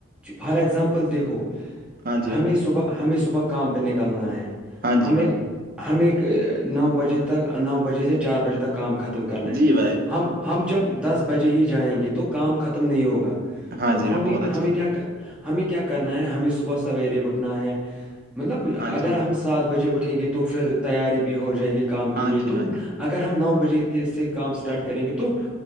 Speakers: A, in the centre; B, on the right.
A: فار اگزامپل دیکھو
B: ہاں جی بھائی
A: ہمیں صبح ہمیں صبح کام پہ نکلنا ہے
B: ہاں جی
A: ہمیں
B: بھائی
A: ہمیں نو بجے تک نو بجے سے چار بجے تک کام ختم کرنا
B: جی
A: ہے
B: بھائی
A: ہم ہم جب دس بجے ہی جائیں گے تو کام ختم نہیں ہوگا
B: ہاں
A: تو
B: جی
A: ہمیں
B: بھائی بہت اچھی
A: ہمیں
B: بات
A: کیا
B: ہے
A: ہمیں کیا کرنا ہے ہمیں صبح سویرے اٹھنا ہے مطلب
B: ہاں
A: اگر
B: جی بھائی
A: ہم سات بجے اٹھیں گے تو پھر تیاری بھی ہو جائے گی کام
B: ہاں
A: کے لیے
B: جی
A: تو
B: بھائی
A: اگر ہم نو بجے کے سے کام اسٹارٹ کریں گے تو